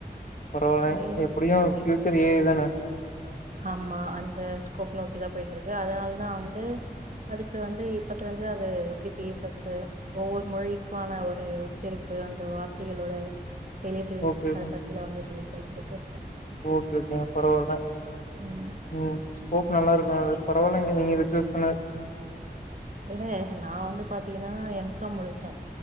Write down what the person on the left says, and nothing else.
பரவால்ல
எப்டியுன் ஃப்யூச்சர்
ஏ ஐ தான
ஓகே ஓகே.
ஓகே ஓகேங்க பரவால்ல
ம் ஸ்கோப் நல்லா இருக்கு அது பரவாயில்லங்க நீங்க இத சூஸ் பண்ண